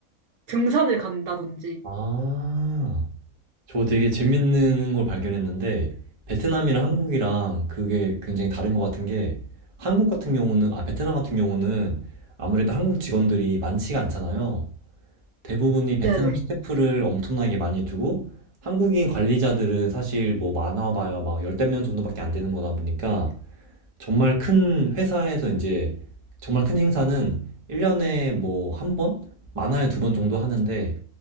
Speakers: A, on the right; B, on the right.
A: 등산을 간다든지.
B: 아. 저 되게 재밌는 걸 발견했는데 베트남이랑 한국이랑 그게 굉장히 다른 것 같은 게 한국 같은 경우는 아 베트남 같은 경우는 아무래도 한국 직원들이 많지가 않잖아요. 대부분이 베트남
A: 네네.
B: 스태프를 엄청나게 많이 두고 한국인 관리자들은 사실 뭐 많아봐야 막 열댓 명 정도밖에 안 되는 거다 보니까 정말 큰 회사에서 이제 정말 큰 행사는 1년에 뭐 한 번? 많아야 두 번 정도 하는데